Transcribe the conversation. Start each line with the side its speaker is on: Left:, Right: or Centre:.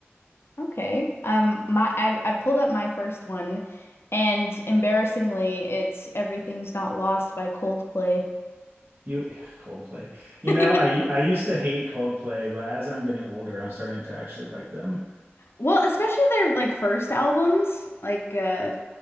Left: Okay. Um my I I pulled up my first one and embarrassingly it's Everything's Not Lost by Coldplay.
Right: You <sighs> Coldplay. You
Left: <laughs>
Right: know, I I used to hate Coldplay, but as I'm getting older, I'm starting to actually like them.
Left: Well, especially their like first albums, like uh